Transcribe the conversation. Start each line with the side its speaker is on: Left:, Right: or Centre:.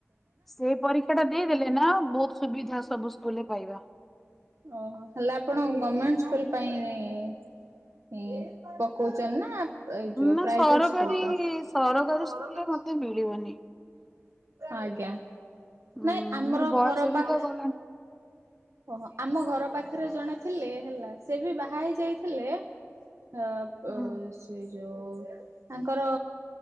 Centre: ସେ ପରୀକ୍ଷା ଟା ଦେଇଦେଲେ ନା ବହୁତ ସୁବିଧା ସବୁ ସ୍କୁଲରେ ପାଇବା।
Right: ଓହୋ ହେଲେ ଆପଣ ଗମେଣ୍ଟ ସ୍କୁଲ ପାଇଁରେ ପକଉଛନ୍ତି ନା ଏଇ ଯୋଉ
Centre: ନା
Right: ପ୍ରାଇଭେଟ୍
Centre: ସରକାରୀ
Right: ସ୍କୁଲ ପାଇଁ।
Centre: ସରକାରୀ ସ୍କୁଲରେ ମତେ ମିଳିବନି।
Right: ଆଜ୍ଞା
Centre: ହୁଁ
Right: ନାଇଁ ଆମର
Centre: ମୋର ବୟସ
Right: ଘର
Centre: ବି
Right: ପାଖ
Centre: ତ ଗଲାଣି
Right: ଓହୋ ଆମ ଘର ପାଖରେ ଜଣେ ଥିଲେ ହେଲା ସେ ବି ବାହା ହେଇ ଯାଇଥିଲେ ଅ ଅ
Centre: ହୁଁ
Right: ସେ ଯଉ ତାଙ୍କର